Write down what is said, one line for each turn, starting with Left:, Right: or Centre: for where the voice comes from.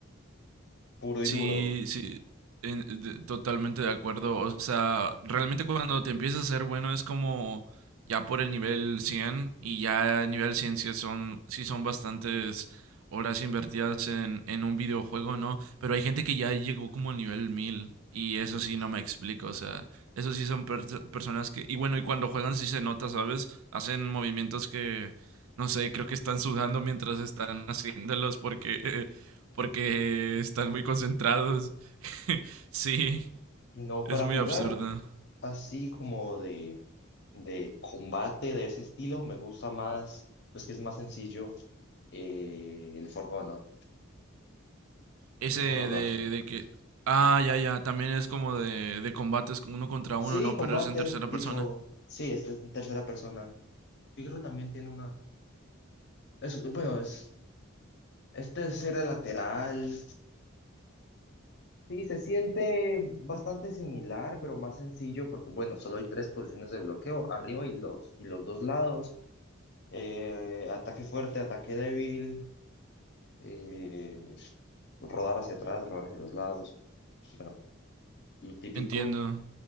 Left: puro
Right: Sí,
Left: y duro.
Right: sí, en- de- totalmente de acuerdo. O sea, realmente cuando te empiezas a ser bueno es como ya por el nivel 100 y ya a nivel 100 sí son, sí son bastantes horas invertidas en, en un videojuego, ¿no? Pero hay gente que ya llegó como al nivel 1000 y eso
Left: Y,
Right: sí no me explico. O sea, eso sí son perso- personas que... Y bueno, y cuando juegan sí se nota, ¿sabes? Hacen movimientos que... No sé, creo que están sudando mientras están haciéndolos porque porque están muy concentrados. <laughs> Sí,
Left: y no,
Right: es
Left: para
Right: muy
Left: jugar
Right: absurdo.
Left: así como de, de combate de ese estilo, me gusta más, pues que es más sencillo, eh, el For Honor.
Right: Ese
Left: El
Right: de,
Left: For Honor.
Right: de que... Ah, ya, ya, también es como de, de combates con uno contra
Left: Sí,
Right: uno, ¿no?
Left: combate
Right: Pero es en tercera
Left: tipo,
Right: persona.
Left: sí, este es en tercera persona. Yo creo que también tiene una, es, bueno, es. Este es era lateral. Sí, se siente bastante similar, pero más sencillo porque, bueno, solo hay tres posiciones de bloqueo, arriba y los, y los dos lados. Eh, ataque fuerte, ataque débil, eh, rodar hacia atrás, rodar hacia los lados. Bueno, lo típico.
Right: Entiendo.